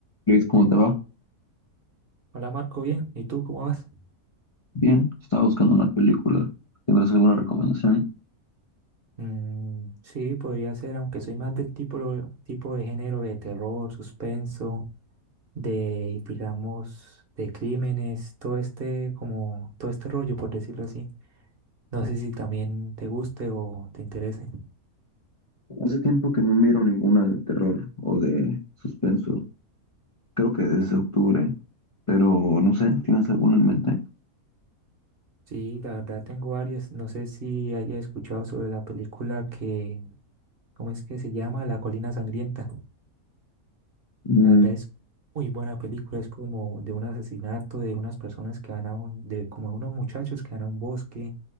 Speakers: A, on the left; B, on the right.
A: Luis, ¿cómo te va?
B: Hola Marco, bien. ¿Y tú cómo vas?
A: Bien, estaba buscando una película. ¿Tendrás alguna recomendación?
B: Mm, sí, podría ser, aunque soy más del tipo, lo- tipo de género de terror, suspenso, de, digamos, de crímenes, todo este, como, todo este rollo, por decirlo así. No sé si también te guste o te interese.
A: Hace tiempo que no miro ninguna de terror o de suspenso. Creo que desde octubre, pero no sé, ¿tienes alguna en mente?
B: Sí, la verdad tengo varias. No sé si hayas escuchado sobre la película que, ¿cómo es que se llama? La Colina Sangrienta.
A: Mm,
B: La verdad es muy buena película, es como de un asesinato de unas personas que van a un, de como unos muchachos que van a un bosque,